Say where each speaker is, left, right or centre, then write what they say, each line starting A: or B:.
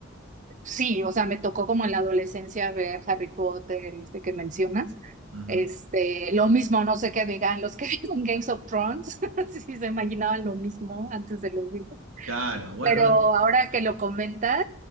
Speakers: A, on the right; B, on the right.
A: Sí, o sea, me tocó como en la adolescencia ver Harry Potter, este que mencionas.
B: Ujú.
A: Este, lo mismo, no sé qué digan los que <laughs> vieron Games of Thrones, <laughs> si se imaginaban lo mismo antes de los libros.
B: Claro, bueno,
A: Pero ahora que lo comentas,